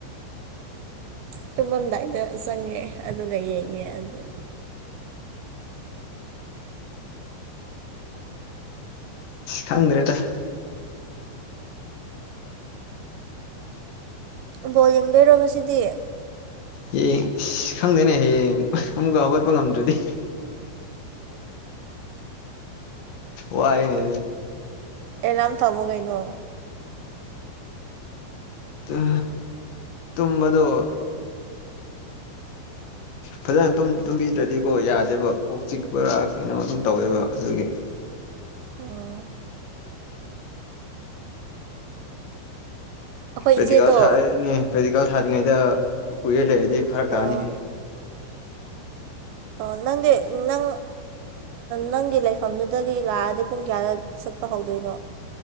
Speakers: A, on the right; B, on the left.
A: ꯇꯨꯝꯃꯝꯗꯥꯏꯗ ꯆꯪꯉꯦ ꯑꯗꯨꯒ ꯌꯦꯡꯉꯦ ꯑꯗꯨ <inaudible>
B: ꯈꯪꯗ꯭ꯔꯦꯗ
A: ꯕꯣ ꯌꯦꯡꯗꯣꯏꯔꯣ ꯉꯁꯤꯗꯤ
B: ꯍ ꯑꯁ ꯈꯪꯗꯦꯅꯦ ꯍꯌꯦꯡ ꯑꯃꯨꯛꯀ ꯍꯧꯒꯠꯄ ꯉꯝꯗ꯭ꯔꯗꯤ ꯋꯥꯏꯅꯤ
A: ꯅꯥꯝ ꯊꯃꯣꯒꯥꯏꯅꯣ
B: ꯑ ꯇꯨꯝꯝꯕꯗꯨꯣ ꯐꯖꯅ ꯇꯨꯝꯕꯤꯗ꯭ꯔꯗꯤꯀꯣ ꯌꯥꯗꯦꯕ ꯀꯣꯛ ꯆꯤꯛꯄꯔꯥ ꯀꯩꯅꯣ ꯑꯗꯨꯝ ꯇꯧꯋꯦꯕ ꯑꯗꯨꯒꯤ <unintelligible>
A: ꯑꯣ ꯑꯩꯈꯣꯏ
B: ꯄꯦꯛꯇꯤꯀꯥ
A: ꯏꯆꯦꯗꯣ
B: ꯊꯥꯔꯅꯦ ꯄ꯭ꯔꯦꯛꯇꯤꯀꯥ ꯊꯥꯔꯤꯉꯩꯗ ꯎꯏꯔ ꯂꯩ ꯗꯤ ꯐꯔꯛ
A: ꯑꯣ
B: ꯇꯥꯅꯤ ꯍꯦ
A: ꯑꯣ ꯅꯪꯗꯤ ꯅꯪ ꯅꯪꯒꯤ ꯂꯩꯐꯝꯗꯨꯗꯒꯤ ꯂꯥꯛꯑꯗꯤ ꯄꯨꯡ ꯀꯌꯥꯗꯛ ꯆꯠꯄ ꯍꯧꯗꯣꯏꯅꯣ